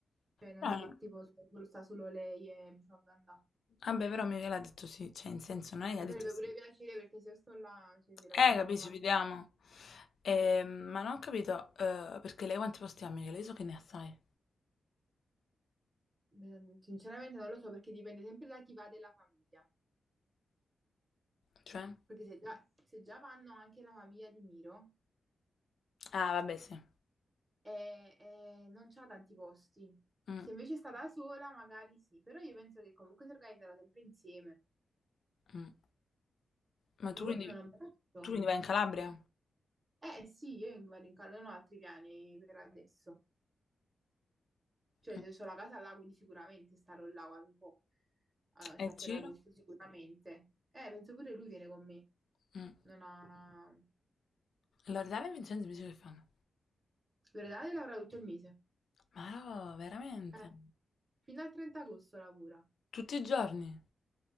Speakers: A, on the right; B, on the left.
A: Cioè non
B: Però-
A: è che tipo so, solo- sta solo lei e mi fa andare.
B: vabbè, però Michela ha detto sì, cioè in senso non è che
A: Mi
B: ha detto
A: farebbe
B: sì.
A: pure piacere perché se io sto là, cioè, vi raggiungo
B: Eh, capisci,
A: facile.
B: vediamo. Ehm, ma non ho capito, eh, perché lei quanti posti ha, Michele? Io so che ne ha, sai.
A: Eh, Sinceramente non lo so perché dipende sempre da chi va della famiglia.
B: Cioè?
A: Perché se già, se già vanno anche la famiglia di Miro,
B: Ah, vabbè, sì.
A: e, e non c'ha tanti posti.
B: Mm,
A: Se invece sta da sola, magari sì, però io penso che comunque si organizzano sempre insieme.
B: mm. Ma tu
A: Boh,
B: quindi,
A: non l'ho mai fatto.
B: tu quindi vai in Calabria?
A: Eh sì, io vado in cal- non ho altri piani per adesso. Cioè,
B: Mm.
A: se ho la casa là, quindi sicuramente starò là qualche un po'. Ah,
B: E
A: cioè
B: il
A: a
B: giro?
A: Ferragosto sicuramente. Eh, penso pure lui viene con me.
B: Mm.
A: Non ha...
B: Loredana e Vincenzo mi dice che fanno.
A: Loredana lavora tutto il mese.
B: Ma no, veramente?
A: Eh, fino al 30 agosto lavora.
B: Tutti i giorni?